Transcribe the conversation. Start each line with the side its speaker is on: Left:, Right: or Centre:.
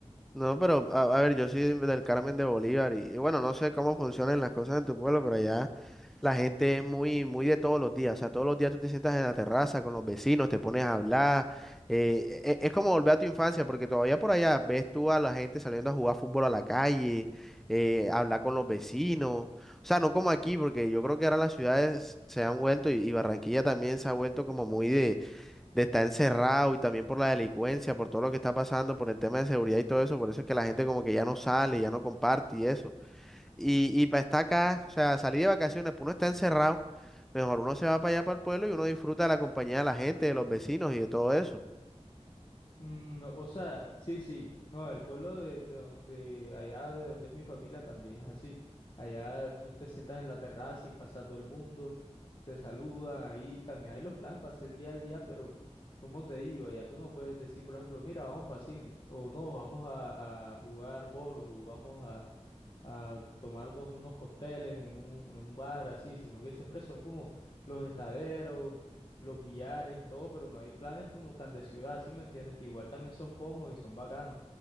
Centre: No, pero a, a ver, yo soy del Carmen de Bolívar y, y bueno, no sé cómo funcionan las cosas en tu pueblo, pero allá la gente es muy, muy de todos los días. O sea, todos los días tú te sientas en la terraza con los vecinos, te pones a hablar. eh, e- e, es, como volver a tu infancia, porque todavía por allá ves tú a la gente saliendo a jugar fútbol a la calle, eh, hablar con los vecinos. O sea, no como aquí, porque yo creo que ahora las ciudades se han vuelto y, y Barranquilla también se ha vuelto como muy de estar encerrado y también por la delincuencia, por todo lo que está pasando, por el tema de seguridad y todo eso, por eso es que la gente como que ya no sale, ya no comparte y eso. Y, y para estar acá, o sea, salir de vacaciones, pues uno está encerrado, mejor uno se va para allá para el pueblo y uno disfruta de la compañía de la gente, de los vecinos y de todo eso.
Left: Mm, o sea, sí, sí, no, el pueblo de, de, do- de allá de donde es mi familia también es así. Allá tú te sientas en la terraza y pasa todo el mundo, te saludan, ahí también hay los planes para hacer día a día, pero como te digo, allá tú no puedes decir, por ejemplo, mira, vamos para cine, o no, vamos a, a jugar bolos, o vamos a tomarnos unos cócteles en un, en un bar así, sino que siempre son como los estaderos, los billares y todo, pero no hay planes como tan de ciudad, ¿sí me entiendes? Que igual también son cómodos y son bacanos.